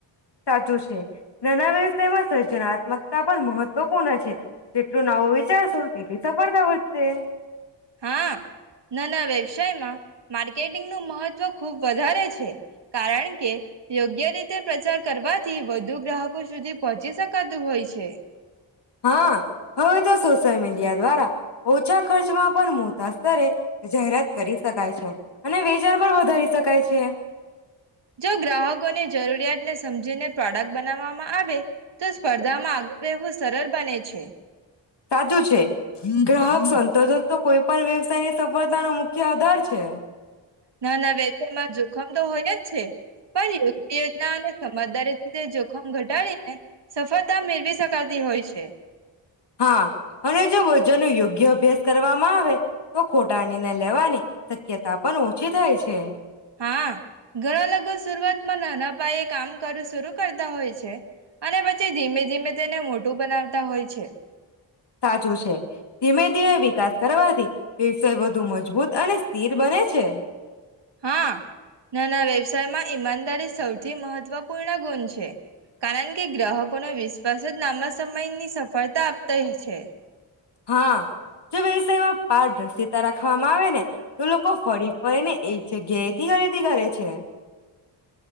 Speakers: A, on the left; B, on the right.
A: સાચું છે નાના. <unintelligible> <unintelligible> મતા પણ મહત્વપૂર્ણ છે જેટલું નાવ વિચારશું સફળતા વધશે.
B: હા નાના વ્યવસાયમાં માર્કેટિંગ નું મહત્વ ખુબ વધારે છે કારણ કે જે રીતે પ્રચાર કરવાથી વધુ ગ્રાહકો સુધી પહોંચી શકાતું હોય છે
A: હા હવે તો સોશિયલ મીડિયા દ્વારા ઓછા ખર્ચમાં પણ <unintelligible> સ્તરે જાહેરાત કરી શકાય છે અને વેચાણ પણ વધારી શકાય છે
B: જો ગ્રાહકોની જરૂરિયાતને સમજીને પ્રોડક્ટ બનાવવામાં આવે તો સ્પર્ધામાં આગળ રહેવું સરળ બને છે
A: સાચું છે ગ્રાહક સંતોષ તો કોઈ પણ વ્યવસાયની સફળતા નો મુખ્ય આધાર છે
B: નાના વેસામાં જોખમ તો હોય જ છે પણ યોગ્ય યોજના અને સમજદારી જોખમ ઘટાડીને સફળ મેળવી શકાતી હોય છે
A: હા અને જો વજન યોગ યોગ્ય અભ્યાસ કરવામાં આવે તો ખોટાણી ને લેવાની શક્યતા પણ ઓ જે થાય છે.
B: હા, ઘણા લોકો શુરુઆતમાં નાના પાયે કામ કરું શરુ કરતા હોય છે અને પછી ધીમે ધીમે તેને મોટું બનાવતા હોય છે.
A: સાચું છે. ધીમે ધીમે વિકાસ કરવાથી વ્યવસાય વધુ મજબૂત અને સ્થિર બને છે.
B: હા નાના વ્યવસાયમાં ઈમાનદારી સૌથી મહત્વપૂર્ણ ગુણ છે. કારણ કે ગ્રાહકોનો વિશ્વાસ જ લાંબા સમયની સફળતા આપતા હી છે.
A: હા, જો વ્યવસાયમાં પારદર્શિતા રાખવામાં આવે ને તો લોકો ફરી ફરીને એક જગ્યાએથી ખરીદી કરે છે.